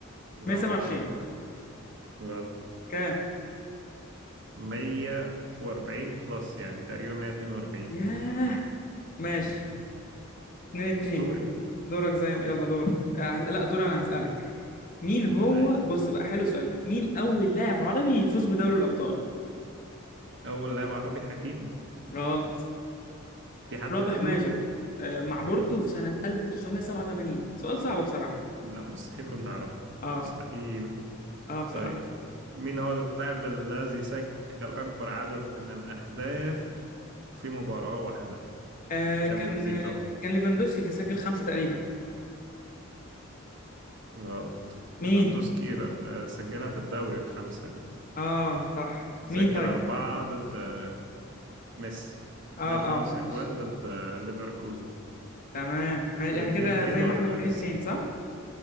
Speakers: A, on the left (about 40°); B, on the right (about 60°).
A: 127
B: غلط برضه غلط
A: كام
B: مية وأربعين بلس يعني تقريبا مية اتنين وأربعين
A: ياه ماشي 2 2
B: أسطوري
A: دورك زي ما يلا دورك آه لا دور انا هسألك مين هو
B: أي
A: بص بقى حلو السؤال ده مين اول لاعب عربي يفوز بدوري الابطال
B: أول لاعب عربي حكيمي
A: غلط
B: في حد
A: رابح
B: قبله؟
A: ماجر آه مع بورتو في سنة 1987 سؤال صعب بصراحة
B: لا مستحيل كنت أعرفه
A: اه
B: مستحيل
A: اه بصراحة
B: طيب مين هو اللاعب الذي سجل أكبر عدد من الأهداف في مباراة واحدة
A: آه
B: في الشامبيونز
A: كان آه،
B: ليج طبعا
A: كان ليفاندوسكي سجل خمسة تقريبا
B: غلط ليفاندوسكي
A: مين
B: آه، سجلها في الدوري في خمسة دي
A: اه صح
B: سجل
A: مين طيب
B: أربعة ضد آه، ميسي
A: اه
B: جاب خمس
A: اه ماشي
B: أجوان ضد آه، ليفركوزن
A: تمام ماشي
B: كده
A: احنا
B: اتنين
A: كده
B: اتنين
A: زي
B: ولا
A: ما احنا اتنين
B: لسه
A: اتنين صح؟